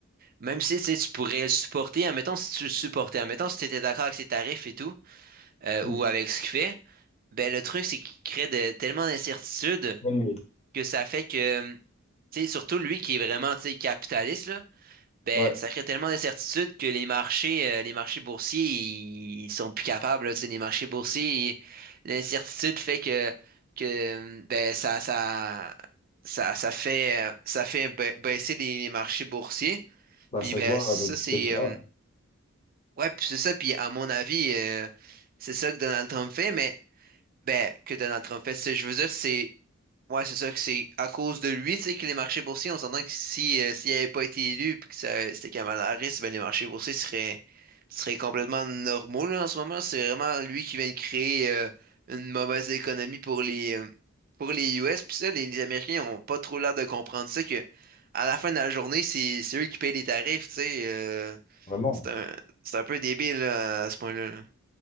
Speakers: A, on the right; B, on the left.
A: même si tu sais, tu pourrais le supporter, admettons si tu le supportais, admettons si tu étais d'accord avec ses tarifs et tout, euh,
B: Mm.
A: ou avec ce qu'il fait, ben le truc c'est qu'il crée de, tellement d'incertitudes
B: NBA,
A: que ça fait que, hum, tu sais, surtout lui qui est vraiment, tu sais, capitaliste, là, ben
B: ouais,
A: ça crée tellement d'incertitudes que les marchés, euh, les marchés boursiers, ils, ils sont plus capables, là, tu sais, les marchés boursiers, ils- l'incertitude fait que, que hum, ben ça, ça, ça, ça fait, euh, ça fait ba- baisser les, les marchés boursiers.
B: bah
A: Puis
B: ça
A: ben
B: se voit
A: ça
B: avec
A: c'est
B: Tesla,
A: hum, Ouais, puis c'est ça, puis à mon avis, euh, c'est ça que Donald Trump fait, mais ben, que Donald Trump fait, c'est- je veux dire, c'est ouais, c'est ça que c'est à cause de lui, tu sais, que les marchés boursiers, on s'entend que si euh, s'il n'avait pas été élu puis que ça, c'était Kamala Harris, ben les marchés boursiers seraient seraient complètement normaux là, en ce moment. C'est vraiment lui qui vient de créer euh, une mauvaise économie pour les euh, pour les US, puis ça, les, les Américains ont pas trop l'air de comprendre ça que à la fin de la journée, c'est c'est eux qui payent les tarifs, tu sais. euh,
B: vraiment.
A: c'est un, c'est un peu débile là, à ce point-là. là.